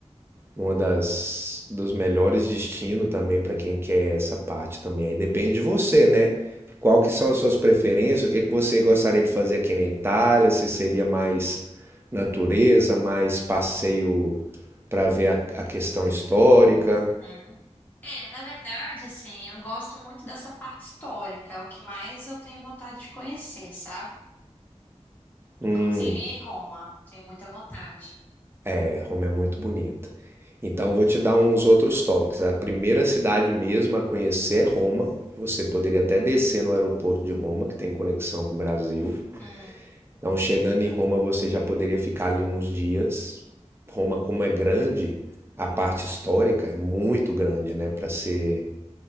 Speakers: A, on the right; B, on the left.
A: uma das dos melhores destinos também para quem quer essa parte também. Aí depende de você, né? Qual que são as suas preferências? O que que você gostaria de fazer aqui na Itália? Se seria mais natureza, mais passeio para ver a, a questão histórica?
B: Hum. É, na verdade, assim, eu gosto muito dessa parte histórica, é o que mais eu tenho vontade de conhecer, sabe?
A: Hum.
B: Inclusive em Roma, tenho muita vontade.
A: É, Roma é muito bonita. Então, vou te dar uns outros toques. A primeira cidade mesmo a conhecer é Roma. Você poderia até descer no aeroporto de Roma, que tem conexão com o Brasil.
B: Hum.
A: Então, chegando em Roma, você já poderia ficar ali uns dias. Roma, como é grande, a parte histórica é muito grande, né? Para ser.